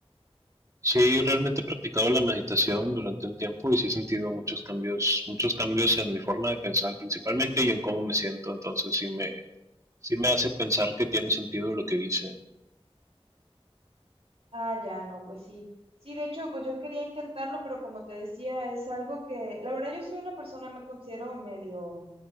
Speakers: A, on the right; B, on the right.
A: Sí, realmente he practicado la meditación durante un tiempo y sí he sentido muchos cambios, muchos cambios en mi forma de pensar principalmente y en cómo me siento, entonces sí me, sí me hace pensar que tiene sentido lo que dice.
B: Ah, ya, no, pues sí. Sí, de hecho, pues yo quería intentarlo, pero como te decía, es algo que, la verdad, yo soy una persona, me considero medio